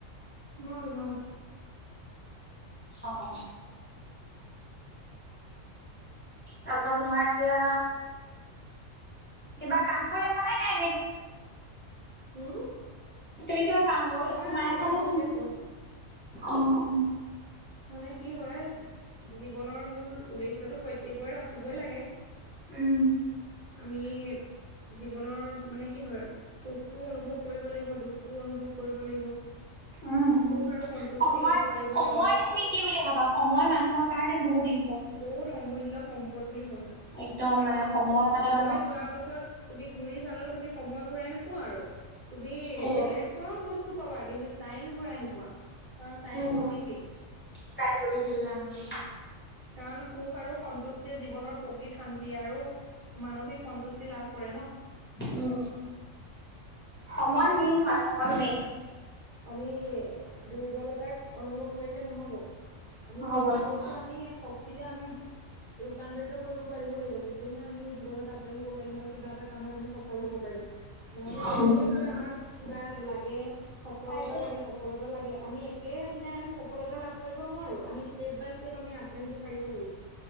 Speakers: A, on the right (about 60°); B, on the left (about 15°).
A: ভাল, ভাল।
B: অ', অ। তাৰ পৰা তোমাৰ এতিয়া, কিবা কাম কৰি আছানে নে এনেই?
A: উম
B: তুমি কিবা কাম কৰি
A: নাই
B: সোমাই
A: নাই এনেই
B: আছানে
A: বহি
B: নাই?
A: আছো
B: অ, অ।
A: মানে কি হয়, জীৱনৰ মূল উদ্দেশ্যটো প্ৰত্যেকৰ ৰাখিবই লাগে।
B: উম,
A: আমি জী জীৱনৰ মানে কি হয় সুখটোও অনুভৱ কৰিব লাগিব দুখটোও অনুভৱ কৰিব লাগিব।
B: উম, উম।
A: সুখ আৰু সন্তুষ্টি
B: সময়
A: ল'ব পাৰিব
B: সময়টো
A: লাগিব।
B: তুমি কি বুলি ভাবা, সময় মানুহৰ কাৰণে বহুত ই
A: বহুত অমূল্য সম্পদ বুলি ভাবোঁ।
B: একদম
A: কাৰণ
B: মানে মানে
A: সময়
B: মানুহক
A: যোৱাৰ পাছত তুমি ঘূৰি চালেও তুমি সময় ঘূৰাই নোপোৱা আৰু তুমি
B: সেইটোৱে।
A: বেলেগ চ'ব বস্তু পাবা কিন্তু টাইম ঘূৰাই নোপোৱা কাৰণ টাইম
B: উম,
A: গতিশীল।
B: টাইম গতিশীল টাইম গতিশীল।
A: কাৰণ সুখ আৰু সন্তুষ্টিয়ে জীৱনৰ প্ৰকৃত শান্ত শান্তি আৰু মানসিক সন্তুষ্টি লাভ কৰে ন'।
B: উমঁ' সময় মেইন হয় সময় মেইন।
A: আমি দুৰ্বলতাক অনুভৱ কৰিলে নহ'ব। আমি
B: হ'ব
A: দুৰ্বলতো
B: হ'ব।
A: আমি শক্তিলে আমি ৰূপান্তৰিত কৰিব পাৰিব লাগিব। তেতিয়াহে আমি জীৱনত আগবাঢ়িব পাৰিম বা কিবা এটা কামত আমি সফল হ'ব পাৰিম। নহ'লে
B: অ',
A: এনেই বোলে আমাক কিবা এটা লাগে। সফলতা
B: পাৰিব লাগিব।
A: লাগে সফলতা লাগে। আমি একেদিনাই আমি সফলতা লাভ কৰিব নোৱাৰো। আমি ষ্টেপ বাই ষ্টেপ আমি আগবাঢ়িব পাৰিব লাগিব